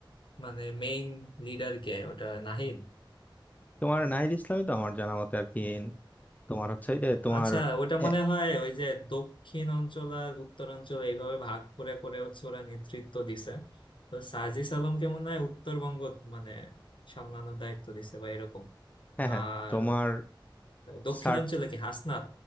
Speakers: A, on the left (about 70°); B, on the left (about 20°).
A: মানে মেইন লিডার কে ওটা নাহিদ
B: তোমার নাহিদ ইসলামই তো আমার জানা মতে আর কি তোমার হচ্ছে এই যে তোমার
A: আচ্ছা ওটা মনে
B: এ,
A: হয় ওই যে দক্ষিণ অঞ্চল আর উত্তরাঞ্চল এইভাবে ভাগ করে করে হচ্ছে ওরা নেতৃত্ব দিছে তো সাজিস আলমকে মনে হয় উত্তরবঙ্গ মানে সামলানোর দায়িত্ব দিছে বা এরকম
B: হ্যাঁ
A: আর
B: হ্যাঁ তোমার
A: দক্ষিণাঞ্চলে
B: সার
A: কি হাসনাত